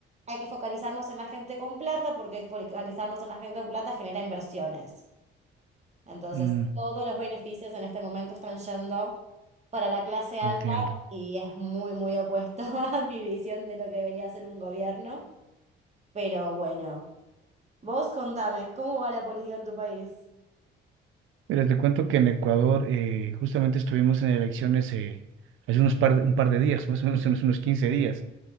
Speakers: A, on the right; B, on the right.
A: hay que focalizarnos en la gente con plata, porque focalizarnos en la gente con plata genera inversiones. Entonces,
B: Mm,
A: todos los beneficios en este momento están yendo para la clase alta
B: entiendo.
A: y es muy, muy opuesto <laughs> a mi visión de lo que debería ser un gobierno. Pero bueno, vos contame, ¿cómo va la política en tu país?
B: Mira, te cuento que en Ecuador eh, justamente estuvimos en elecciones eh, hace unos par, un par de días, más o menos unos unos 15 días.